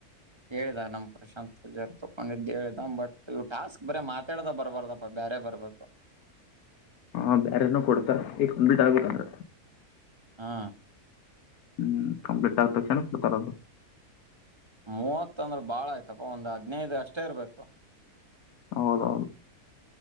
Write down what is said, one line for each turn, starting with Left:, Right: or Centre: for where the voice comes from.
Right: ಹೇಳ್ದ, ನಮ್ ಪ್ರಶಾಂತ್ ಪೂಜಾರಿ ತಕೊಂಡಿದ್ದು ಹೇಳ್ದ, ಬಟ್ ಇವ್ ಟಾಸ್ಕ್ ಬರೆ ಮಾತಾಡ್ದ ಬರ್ಬಾರ್ದಪ್ಪ, ಬೇರೆ ಬರ್ಬೇಕು.
Left: ಹಾ ಬೇರೆನು ಕೊಡ್ತಾರ, ಇದ್ ಕಂಪ್ಲೀಟ್ ಆಗ್ಬೇಕಲ್ಲ.
Right: ಹಾ
Left: ಹ್ಮ್, ಕಂಪ್ಲೀಟ್ ಆದ್ ತಕ್ಷಣ ಕೊಡ್ತಾರದು.
Right: ಮೂವತ್ತ ಅಂದ್ರ ಬಾಳ ಆಯ್ತಪ್ಪ, ಒಂದು ಹದ್ನೈದು ಅಷ್ಟೇ ಇರ್ಬೇಕು.
Left: ಹೌದೌದು